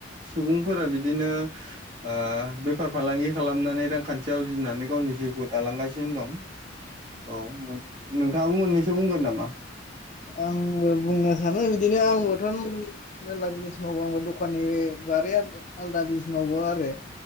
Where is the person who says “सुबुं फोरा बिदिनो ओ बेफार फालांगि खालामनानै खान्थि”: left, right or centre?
Right